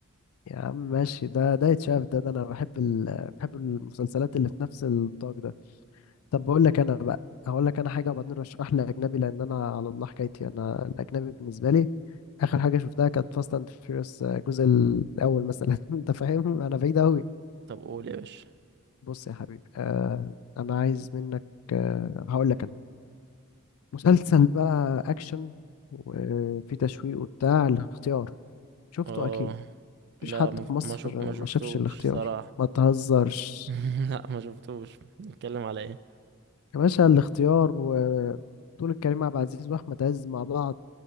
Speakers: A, on the left; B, on the right.
A: يا عم ماشي ده ده يتشاف ده ده انا بحب ال... بحب المسلسلات اللي في نفس النطاق ده طب بقول لك انا بقى هقول لك انا حاجه وبعدين رشح لي اجنبي لان انا على الله حكايتي انا الاجنبي بالنسبه لي اخر حاجه شفتها كانت فاست اند فيوريوس الجزء الاول مثلا <laughs> انت فاهم انا بعيد قوي
B: طب قول يا باشا
A: بص يا حبيبي آه انا عايز منك آه هقول لك مسلسل بقى اكشن وفي تشويق وبتاع الاختيار شفته
B: اه
A: اكيد مفيش
B: لا
A: حد
B: ما
A: في مصر
B: ما شف... ما شفتوش
A: ما شافش الاختيار
B: صراحه
A: ما تهزرش
B: <laughs> لا ما شفتوش بيتكلم على ايه
A: يا باشا الاختيار وبطولة كريم عبد العزيز واحمد عز مع بعض